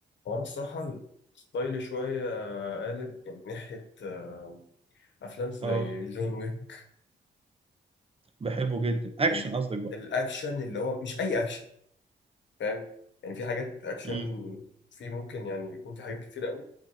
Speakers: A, on the left (about 70°); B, on the right (about 30°).
A: هو أنا الصراحة ستايلي شوية آه، قالب من ناحية آه، أفلام زي
B: اه
A: جون ويك
B: بحبه جدا اكشن
A: and
B: قصدك بقى
A: الأكشن اللي هو مش أي أكشن فاهم يعني في حاجات أكشن
B: امم
A: في ممكن يعني يكون في حاجات كتير قوي